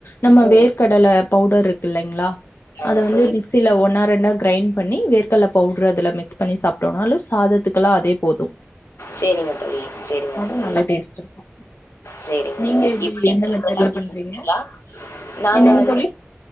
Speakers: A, on the left (about 55°); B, on the left (about 80°).
A: நம்ம
B: ம்
A: வேர்க் கடல பவ்டர்ருக் இல்லைங்ளா
B: வாங்க
A: அத வந்து
B: தோழி
A: மிக்ஸில ஒன்னா ரெண்டா க்ரைண் பண்ணி வேர்க்கல்ல பவ்ட்ரு அதுல மிக்ஸ் பண்ணி சாப்ட்டோனாலு சாதத்துக்குலா அதே போது
B: செரிங்க தோழி செரிங்க
A: அது
B: தோழி
A: நல்லா டேஸ்ட் இருக்கு
B: செரிங்க
A: நீங்க
B: தொழி
A: எப்டி
B: இப்ப நீங்க
A: எந்த மெத்தட்ல
B: இப்டிதா
A: பண்றீங்க
B: செய்வீங்களா நாங்க
A: என்னங்க
B: வந்து
A: தோழி